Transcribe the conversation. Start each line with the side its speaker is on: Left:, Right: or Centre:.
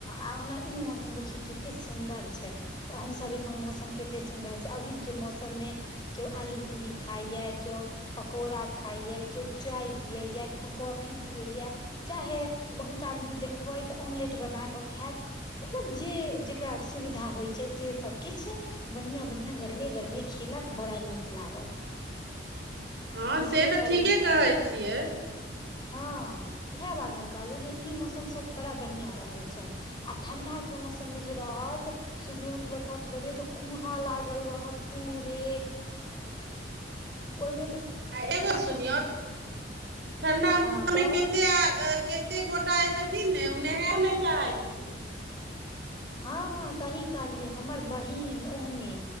Left: आ ओना ई मौसम देखियौ केते सुन्दर छै त अहूँसभ इम्हर मौसम कतेक सुन्दर छै अभीके मौसममे केओ आलू पूरी खाइय केओ पकोड़ा खाइयै केओ चाय पियै या केओ कॉफी पियै या चाहे बहुत आदमी देखबै तऽ ऑमलेट बना कऽ खैत मतलब जे जेकरा सुविधा होइ छै से सभ किछ बनिआँ बनिआँ गरमे गरमे खेलक बड़ा नीक लागल
Right: हँ
Left: बुझबे
Right: से तऽ
Left: करै
Right: ठीके
Left: छियै
Right: कहै छियै
Left: हँ इहे बात ने कहलहु जे इ मौसम सब बड़ा बढ़िया रहे छै आ ठण्डा के मौसम मे जे रहत सुबहे उठबै पााँच बजे तऽ कुहा लागल रहत पूरे ओईमे
Right: आ एगो सुनियथ ठंडा
Left: हँ
Right: <inaudible>
Left: कहू
Right: एते आ अ के कते गोटा जे छथिन ने ओ नहे नहि चाहै छथिन
Left: हँ हँ सही कहलियै हमर बहिन ओहने